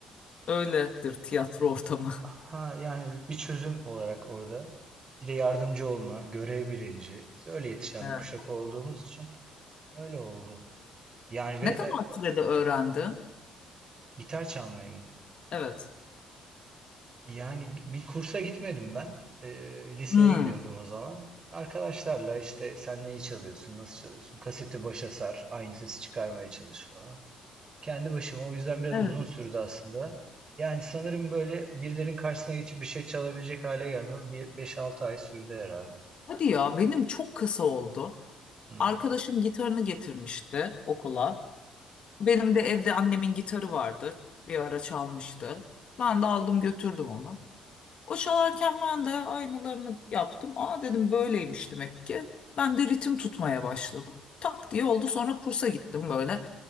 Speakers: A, on the left; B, on the right.
A: Öyledir tiyatro ortamı.
B: Ha yani bir çözüm olarak orada. Bir de yardımcı olma, görev bilinci. Biz öyle yetişen
A: Evet.
B: bir kuşak olduğumuz için öyle oldu. Yani ve
A: Ne
B: e,
A: kadar sürede öğrendin?
B: gitar çalmayı mı?
A: Evet.
B: Yani bir kursa gitmedim ben. Ee, liseye
A: Hı.
B: gidiyordum o zaman. Arkadaşlarla işte sen neyi çalıyorsun, nasıl çalıyorsun? Kaseti başa sar, aynı sesi çıkarmaya çalış falan. Kendi başıma o yüzden biraz
A: Evet.
B: uzun sürdü aslında. Yani sanırım böyle birilerinin karşısına geçip bir şey çalabilecek hale gelmem bir beş altı ay sürdü herhalde.
A: Hadi ya, benim çok kısa oldu.
B: Hı
A: Arkadaşım gitarını getirmişti okula. Benim de evde annemin gitarı vardı. Bir ara çalmıştı. Ben de aldım götürdüm onu. O çalarken ben de aynalarını yaptım. Aa dedim böyleymiş demek ki. Ben de ritim tutmaya başladım. Tak diye oldu. Sonra kursa gittim böyle.